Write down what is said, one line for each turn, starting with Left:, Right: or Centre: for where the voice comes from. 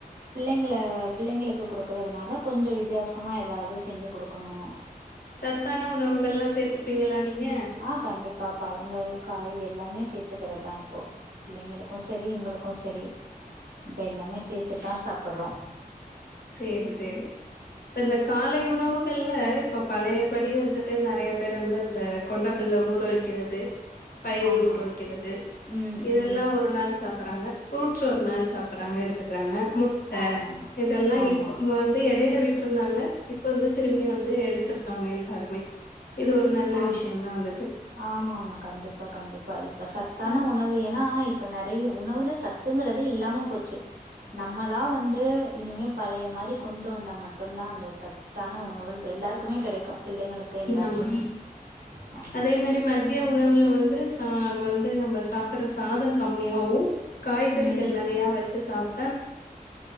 Right: பிள்ளைங்கள பிள்ளைங்களுக்கு குடுக்குறதுனால கொஞ்சம் வித்தியாசமா ஏதாவது செஞ்சு குடுக்கணும்.
Left: சத்தான உணவுகள்ல்லாம் சேத்துப்பீங்களா நீங்க
Right: ஆ கண்டிப்பா பழங்கள் காய் எல்லாமே சேத்துக்கிறதா இப்போ பிள்ளைங்களுக் க்கு சரி எங்களுக்கு சரி இப்ப எல்லாமே சேத்துதா சாப்படுறோ
Left: சேரி சேரி இப்ப இந்த காலை உணவுகள்ல இப்ப பழையபடி வந்துட்டு நெறைய பேர் வந்து இந்த கொண்டகல ஊற வைக்கிறது. பயிர்
Right: ஆமா
Left: ஊறவைக்கிறது
Right: ம்
Left: இதெல்லா
Right: ம்
Left: ஒரு நாள் சாப் வறாங்க ஃப்ரூட்ஸ் ஒரு நாள் சாப்படுறாங்க எடுத்துக்குறாங்க முட்ட
Right: ஆமாம்
Left: எ ல்லா
Right: ஆமா
Left: இப்ப வந்து எடையில விட்டுருந்தாங்க இப்ப வந்து திரும்பி வந்து எடுத்திருக்காங்க எல்லாருமே இது ஒரு நல்ல
Right: ஆம்
Left: விஷயம் தான் வந்துட்டு.
Right: ஆமா ஆமா கண்டிப்பா கண்டிப்பா இப்ப சத் தான
Left: அ
Right: உணவு எனா ஆ இப்ப நெறைய உணவுல சத்துங்கறதே இல்லாம போச்சு நம்மளா வந்து இனிமே பழைய மாரி கொண்டு வந்தா மட்டுந்தா அந்த சத்தான உணவுகள் எல்லாருக்குமே கெடைக்கு பிள்ளைங்களுக்கு எல்லாருக்குமே
Left: ஆமா.
Right: ஆமா
Left: அதே மாரி மந்தி றிய உணவுல வந்து ச வந்து நம்ம சாப்பிடுற சாதொ கம்மியாவு காய்கறிகள்
Right: ம்
Left: நெறையா வச்சு சாப்